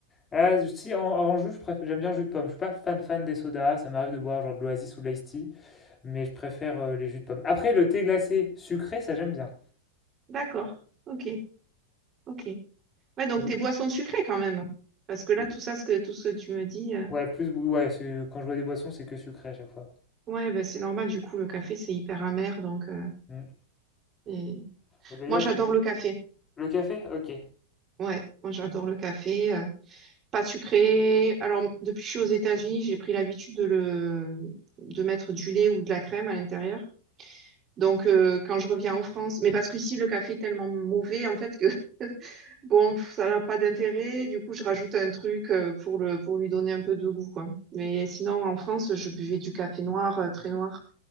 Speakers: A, on the left; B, on the right.
A: Ah, si, en, en jus, je préfère- j'aime bien le jus de pomme. Je suis pas fan fan des sodas. Ça m'arrive de boire genre de l'Oasis ou de l'Ice Tea, mais je préfère euh, les jus de pomme. Après, le thé glacé sucré, ça j'aime bien.
B: d'accord, ok, ok. Ouais, donc
A: Oui.
B: tes boissons sucrées quand même. Parce que
A: Plus-
B: là, tout ça, ce que, tout ce que tu me dis, euh,
A: Ouais, plus, ouais, c'est- quand je bois des boissons, c'est que sucré à chaque fois.
B: ouais, bah, c'est normal, du coup, le café, c'est hyper amer, donc... euh,
A: Mm.
B: et-
A: Et d'ailleurs,
B: Moi, j'adore
A: j'aime beaucoup.
B: le café.
A: Le café? Ok.
B: Ouais, moi, j'adore le café. euh, Pas sucré. Alors, depuis que je suis aux États-Unis, j'ai pris l'habitude de le, de mettre du lait ou de la crème à l'intérieur. Donc, euh, quand je reviens en France, mais parce qu'ici, le café est tellement mauvais, en fait, que <laughs> bon, pff, ça n'a pas d'intérêt. Du coup, je rajoute un truc euh, pour le, pour lui donner un peu de goût, quoi. Mais sinon, en France, je buvais du café noir, euh, très noir